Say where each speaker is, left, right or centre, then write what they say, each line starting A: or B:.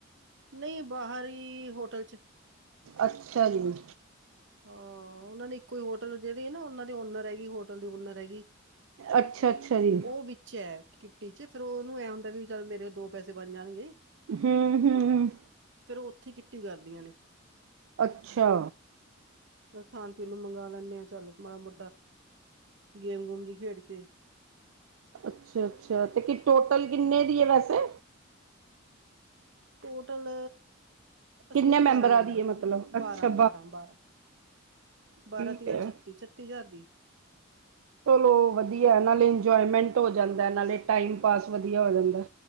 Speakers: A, on the right (about 60°); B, on the right (about 85°).
A: ਨਈ ਬਾਹਰ ਹੀ ਹੋਟਲ ਚ।
B: ਅੱਛਾ ਜੀ।
A: ਹਾਂ, ਓਨਾਂ ਨੇ ਇੱਕੋ ਈ ਹੋਟਲ ਜੇੜੀ ਐ ਨਾ ਓਨਾਂ ਦੇ ਓਨਰ ਹੈਗੀ ਹੋਟਲ ਦੀ ਓਨਰ ਹੈਗੀ
B: ਅੱਛਾ-ਅੱਛਾ ਜੀ।
A: ਓ ਵਿੱਚ ਐਡ ਕਿੱਟੀ ਚ ਫੇਰ ਓਨੂੰ ਐ ਹੁੰਦਾ ਵੀ ਚੱਲ ਮੇਰੇ ਦੋ ਪੈਸੇ ਬਣ ਜਾਣਗੇ।
B: ਹੂੰ -ਹੂੰ।
A: ਫੇਰ ਓ ਓੱਥੇ ਕਿੱਟੀ ਕਰਦੀਆਂ ਨੇ।
B: ਅੱਛਾ।
A: ਨਾਲੇ ਖਾਣ-ਪੀਣ ਨੂੰ ਮੰਗਾ ਲੈਂਨੇ ਆ ਚੱਲ ਮਾੜਾ ਮੋਟਾ ਗੇਮ-ਗੂਮ ਵੀ ਖੇਡ ਕੇ।
B: ਅੱਛਾ-ਅੱਛਾ, ਤੇ ਕੀ ਟੋਟਲ ਕਿੰਨੇ ਦੀ ਐ ਵੈਸੇ?
A: ਟੋਟਲ ਅਸੀਂ
B: ਕਿੰਨੇ
A: ਹੈਗੇ
B: ਮੈਂਬਰਾਂ
A: ਬਾਰਾਂ ਮੈਂਬਰ,
B: ਦੀ ਹੈ ਮਤਲਬ? ਅੱਛਾ
A: ਬਾਰਾਂ ਬਾਰਾਂ ਬਾਰਾਂ,
B: ਠੀਕ
A: ਬਾਰਾਂ ਤਿਆ
B: ਹੈ।
A: ਛੱਤੀ ਛੱਤੀ ਛੱਤੀ ਹਜਾਰ ਦੀ।
B: ਚਲੋ ਵੱਧੀਆ ਨਾਲੇ ਇੰਜੋਏਮੈਂਟ ਹੋ ਜਾਂਦਾ ਨਾਲੇ ਟਾਈਮ ਪਾਸ ਵੱਧੀਆ ਹੋ ਜਾਂਦਾ।